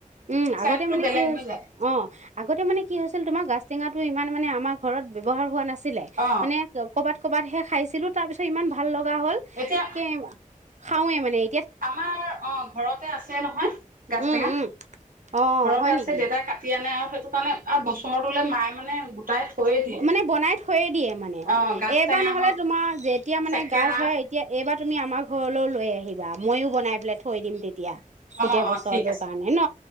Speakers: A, on the right; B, on the right.
A: উম আগতে
B: চেণ্টটো
A: মানে
B: বেলেগ
A: কি হৈ
B: যায়
A: অ', আগতে মানে কি হৈছিল তোমাৰ গা গাছটেঙাটো ইমান মানে আমাৰ ঘৰত ব্যৱহাৰ হোৱা না ছিলে
B: অ
A: মানে কবাত-কবাতহে খাইছিলো তাৰ পিছত ইমান ভাল লগ বা হ'ল
B: এতিয়া
A: কেম খাওঁৱে মানেই
B: আমাৰ, অ', ঘৰতে আছে নহয় গাজ
A: উম,
B: টেঙা,
A: উম, অ',
B: ঘৰতে
A: হয়
B: আছে
A: নেকি?
B: দেউতা কাটি আনে আউ সেইটো কাৰণে বছৰটো মায়ে মানে গোটাই থৈয়ে দিয়ে
A: মানে বনাই থৈয়ে দিয়ে মানে,
B: অ গাজ
A: এইবাৰ
B: টেঙা
A: নহলে
B: হওক
A: তোমাৰ যেতিয়া মানে
B: থেকেৰা
A: গাজ হয় এতিয়া এইবাৰ তুমি আমাৰ ঘৰলৈও লৈ আহিবা ময়ো বনাই পেলাই থৈ দিম তেতিয়া।
B: অ
A: গোটেই
B: অ
A: বছৰটোৰ
B: ঠিক আছে
A: কাৰণে ন?